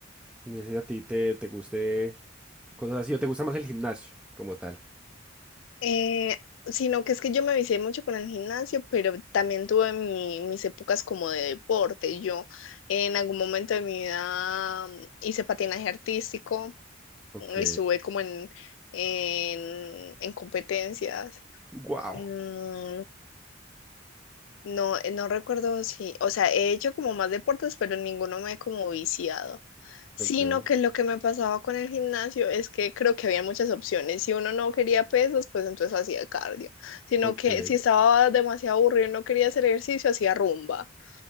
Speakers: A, in the centre; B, on the left.
A: No sé si a ti te, te guste cosas así o te gusta más el gimnasio como tal.
B: Eh, sino que es que yo me vicié mucho con el gimnasio, pero también tuve mi- mis épocas como de deporte. Yo en algún momento de mi vida mm, hice patinaje artístico.
A: Ok,
B: Estuve como en, en, en competencias.
A: wow,
B: Mm, no, no recuerdo si, o sea, he hecho como más deportes, pero ninguno me he como viciado. Sino
A: ok,
B: que lo que me pasaba con el gimnasio es que creo que había muchas opciones. Si uno no quería pesas, pues entonces hacía cardio. Sino
A: ok,
B: que si estaba demasiado aburrido y no quería hacer ejercicio, hacía rumba. <laughs>